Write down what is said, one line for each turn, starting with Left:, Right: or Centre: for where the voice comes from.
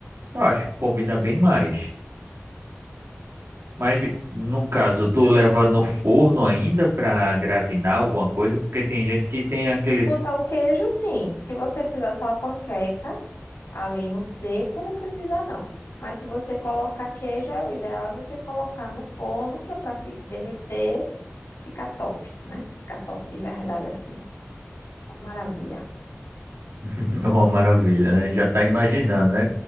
Right: Eu acho que combina bem mais. Mas, no caso, tu leva no forno ainda pra gratinar alguma coisa, porque tem gente que tem aquele
Left: Se botar o queijo, sim. Se você fizer só a panqueca ali no seco, não precisa não. Mas se você colocar queijo, é o ideal é você colocar no forno, que é para derreter, ficar top, né? Ficar top de verdade assim. Maravilha.
Right: <laughs> É Uma maravilha, né? Já tá imaginando, né?